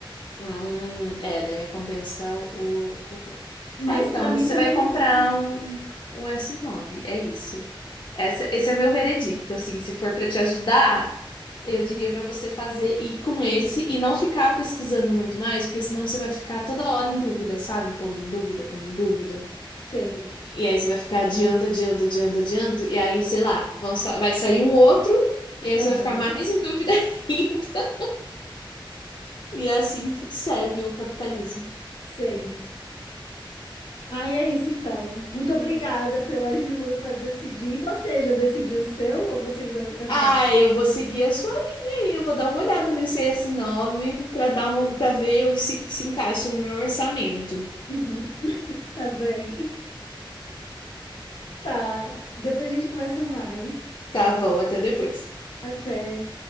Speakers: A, on the left; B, on the left.
A: Hum, é, daí compensa o, o Word.
B: Mas
A: É, então,
B: pra mim
A: você
B: também
A: vai comprar
B: não faz.
A: um, um s nove é isso. Essa, esse é meu veredicto, assim, se for para te ajudar, eu diria para você fazer e com esse e não ficar pesquisando muito mais, porque senão você vai ficar toda hora em dúvida, sabe? Pondo em dúvida, pondo em dúvida.
B: Sei.
A: E aí você vai ficar adiando, adiando, adiando, adiando. E aí, sei lá, vão sa- vai sair um outro. E aí
B: Aham,
A: você vai ficar mais em dúvida <laughs> ainda. E é assim segue o capitalismo.
B: sei. Ai, é isso então. Muito obrigada pela ajuda para decidir. E você já decidiu o seu ou você ainda vai pensar?
A: Ah, eu vou seguir a sua linha aí. Eu vou dar uma olhada nesse s nove para dar uma, para ver se se encaixa no meu orçamento.
B: Uhum, tá bem. Tá. Depois a gente conversa mais.
A: Tá bom, até depois.
B: Até.